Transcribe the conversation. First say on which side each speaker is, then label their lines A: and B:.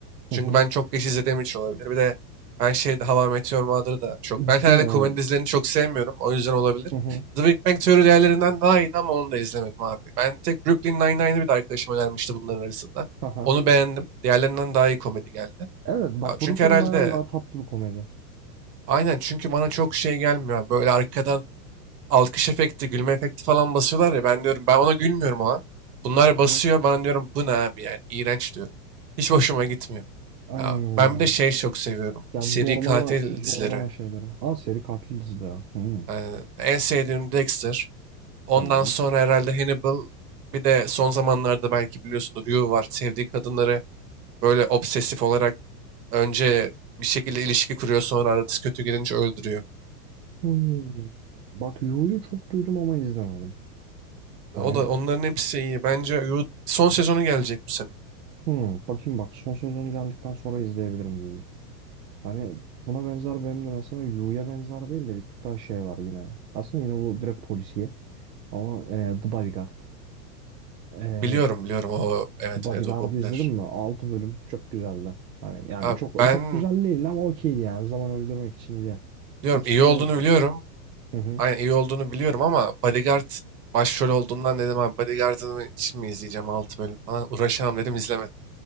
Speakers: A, on the right; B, on the right.
A: Çünkü
B: Hı hı.
A: ben çok geç izlediğim için olabilir. Bir de her şey Hava Meteor Mother'ı da çok.
B: Değil
A: Ben herhalde
B: mi?
A: komedi dizilerini çok sevmiyorum. O yüzden olabilir.
B: Hı hı.
A: The Big Bang Theory diğerlerinden daha iyiydi ama onu da izlemedim abi. Ben tek Brooklyn Nine-Nine'ı bir de arkadaşım önermişti bunların arasında.
B: Haha.
A: Onu beğendim. Diğerlerinden daha iyi komedi geldi.
B: Evet bak
A: Ya çünkü
B: Brooklyn
A: herhalde
B: Nine-Nine daha tatlı bir komedi.
A: aynen çünkü bana çok şey gelmiyor. Böyle arkadan alkış efekti, gülme efekti falan basıyorlar ya. Ben diyorum ben ona gülmüyorum o an. Bunlar
B: Hı
A: basıyor.
B: hı.
A: Bana diyorum bu ne abi yani iğrenç diyorum. Hiç hoşuma gitmiyor.
B: Aynen
A: Ya
B: öyle
A: ben
B: abi.
A: bir de şey çok seviyorum.
B: Ya
A: Seri
B: zorlama
A: katil
B: zorlama
A: dizileri.
B: şeyleri. Aa seri katil dizileri. Hı,
A: Yani en sevdiğim Dexter. Ondan
B: tamam.
A: sonra herhalde Hannibal. Bir de son zamanlarda belki biliyorsunuz You var. Sevdiği kadınları böyle obsesif olarak önce bir şekilde ilişki kuruyor sonra arası kötü gidince öldürüyor.
B: Hı. Bak Yu'yu çok duydum ama izlemedim. Hani
A: O da onların hepsi iyi. Bence You son sezonu gelecek bu sene.
B: hı, bakayım bak son sezonu geldikten sonra izleyebilirim Yu'yu. Hani buna benzer benim de mesela Yu'ya benzer değil de bir tık daha şey var yine. Aslında yine bu direkt polisiye ama e, The Bodyguard. E,
A: Biliyorum biliyorum o evet
B: The Bodyguard'ı
A: evet o popüler.
B: izledin mi? altı bölüm çok güzeldi. Hani yani
A: Abi
B: çok
A: ben
B: çok güzel değildi ama okeydi yani. Zaman öldürmek için ideal.
A: biliyorum
B: İçişleri
A: iyi olduğunu biliyorum.
B: Hı hı.
A: Aynen iyi olduğunu biliyorum ama Bodyguard başrol olduğundan dedim abi Bodyguard'ını için mi izleyeceğim 6 bölüm falan uğraşamam dedim izlemedim.